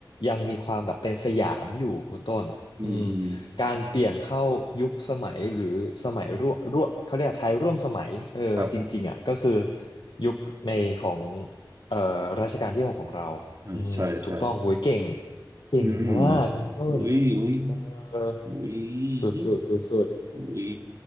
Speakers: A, on the left; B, on the right.
A: ยังมีความแบบเป็นสยามอยู่คุณต้นอืม
B: อืมอืม
A: การเปลี่ยนเข้ายุคสมัยหรือสมัยร่วมร่วมเขาเรียกไทยร่วมสมัยเออจริงๆอ่ะก็คือ
B: ครับ
A: ยุคในของเอ่อรัชกาลที่หกของเราอืมถูกต้องโหยเก่ง
B: เออใช่ใช่
A: เก่งมากคุณต้น
B: อืมอุ้ยอุ้ย
A: เออ
B: อุ้ย
A: สุดสุดสุดๆ
B: อุ้ย